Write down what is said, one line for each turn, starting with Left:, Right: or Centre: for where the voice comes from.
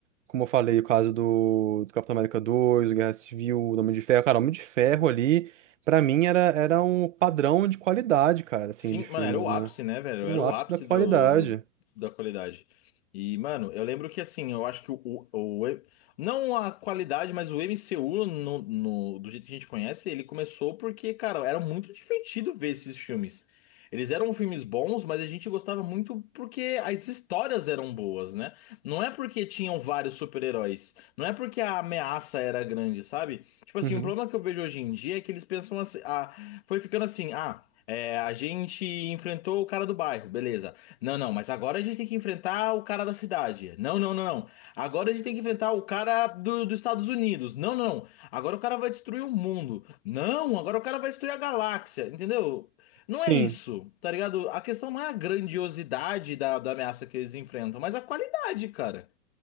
Right: como eu falei, o caso do, do Capitão América dois o Guerra Civil, o Homem de Ferro. Cara, o Homem de Ferro ali, pra mim, era, era um padrão de qualidade, cara, assim,
Left: Sim,
Right: de filmes,
Left: mano, era o
Right: né?
Left: ápice, né, velho?
Right: Era
Left: Era
Right: o ápice
Left: o ápice
Right: da qualidade.
Left: do, do- da qualidade. E, mano, eu lembro que, assim, eu acho que o, o, o- não a qualidade, mas o MCU, no, no- do jeito que a gente conhece, ele começou porque, cara, era muito divertido ver esses filmes. Eles eram filmes bons, mas a gente gostava muito porque as histórias eram boas, né? Não é porque tinham vários super-heróis. Não é porque a ameaça era grande, sabe? Tipo assim,
Right: Uhum.
Left: um problema que eu vejo hoje em dia é que eles pensam assim, ah, foi ficando assim, ah. É, a gente enfrentou o cara do bairro, beleza. Não, não, mas agora a gente tem que enfrentar o cara da cidade. Não, não, não, não. Agora a gente tem que enfrentar o cara do, dos Estados Unidos. Não, não, não. Agora o cara vai destruir o mundo. Não, agora o cara vai destruir a galáxia, entendeu? Não
Right: Sim.
Left: é isso, tá ligado? A questão não é a grandiosidade da, da ameaça que eles enfrentam, mas a qualidade, cara.